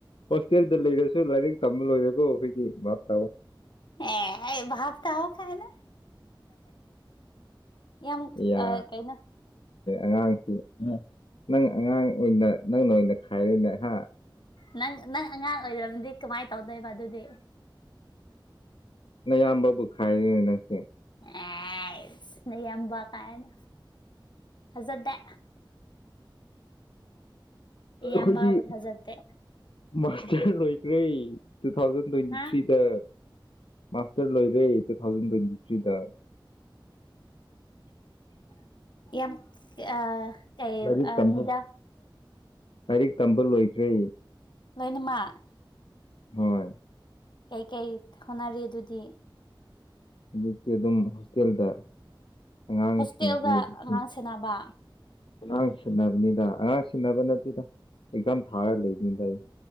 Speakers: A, on the left; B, on the left.
A: ꯍꯣꯁꯇꯦꯜꯗ ꯂꯩꯔꯁꯨ ꯂꯥꯏꯔꯤꯛ ꯇꯝꯕ ꯂꯣꯏꯔꯒ ꯑꯩꯈꯣꯏꯗꯤ ꯚꯥꯞ ꯇꯥꯑꯣ
B: ꯑꯦ ꯞ ꯇ ꯍꯣ ꯀꯥꯏꯅ ꯌꯥꯝ
A: ꯌꯥ
B: ꯑꯥ ꯀꯩꯅꯣ
A: ꯑꯉꯥꯡꯁꯤ ꯅꯪ ꯑꯉꯥꯡ ꯑꯣꯏꯅ ꯅꯪꯅ ꯑꯣꯏꯅ ꯈꯥꯏꯔꯅꯍ
B: ꯅꯪ ꯅꯪ ꯑꯉꯥꯡ ꯑꯣꯏꯔꯤꯕꯗꯤ ꯀꯃꯥꯏꯅ ꯇꯧꯗꯣꯏꯕ ꯑꯗꯨꯗꯤ
A: ꯅꯌꯥꯝꯕꯕꯨ ꯈꯥꯏꯔꯤ ꯅꯪꯁꯦ
B: ꯑꯦꯅ ꯌꯥꯝꯕ ꯀꯥꯏꯅ ꯐꯖꯗꯦ ꯏꯌꯥꯝꯕꯕꯨ
A: ꯑꯩꯈꯣꯏꯗꯤ
B: ꯊꯥꯖꯗꯦ
A: ꯃꯥꯁꯇꯔ ꯂꯣꯏ ꯩ ꯇꯨ ꯊꯥꯎꯖꯟ ꯇ꯭ꯋꯦꯟꯇꯤ
B: ꯍꯥ
A: ꯊ꯭ꯔꯤꯗ ꯃꯥꯥꯁꯇꯔ ꯂꯣꯏꯔꯦ ꯇꯨ ꯊꯥꯎꯖꯦꯟ ꯇ꯭ꯋꯦꯟꯇꯤ ꯊ꯭ꯔꯤꯗ
B: <inaudible> ꯌꯥꯝ ꯑ ꯀꯥꯏ
A: ꯂꯥꯏꯔꯤꯛ ꯇꯝꯕ
B: ꯃꯤꯗꯥ
A: ꯂꯥꯏꯔꯤꯛ ꯇꯝꯕ ꯂꯣꯏꯈ꯭ꯔꯦ
B: ꯂꯣꯏꯅꯃꯛ
A: ꯍꯣꯏ
B: ꯀꯩ ꯀꯩ ꯍꯣꯅꯔꯤꯦ ꯑꯗꯨꯗꯤ
A: ꯍꯧꯖꯤꯛꯛꯇꯀꯤꯤ ꯑꯗꯨꯝ ꯍꯣꯁꯇꯦꯜꯗ ꯑꯉꯥꯡꯁꯤꯡꯒꯤꯁ
B: ꯍꯣꯁꯇꯦꯜꯗ ꯑꯉꯥꯡ ꯁꯦꯟꯅꯕ
A: ꯑꯉꯥꯡ ꯁꯤꯟꯅꯕꯅꯤꯗ ꯑꯉꯥꯡ ꯁꯤꯟꯅꯕ ꯅꯠꯇꯦꯗ ꯑꯦꯛꯖꯥꯝ ꯊꯥꯔ ꯂꯩꯕꯅꯤꯗ ꯑꯩ